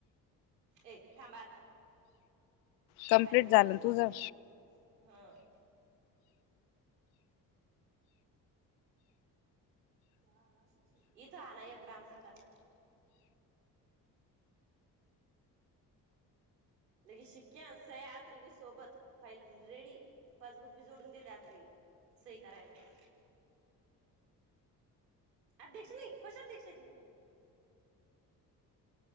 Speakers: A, on the right; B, on the left.
A: ए थांबा आता.
B: कम्प्लीट
A: फाईल ओ
B: झालं
A: दुसरी
B: तुझं
A: ओपन केली हं <inaudible> इथं आला या ग्राम संघाच लगेच शिक्के अन सया आत लगेच सोबत फाईल रेडी पासबुक बी जोडून देते आता लगे सही करायला. अध्यक्ष नाही कशी अध्यक्ष आहे तु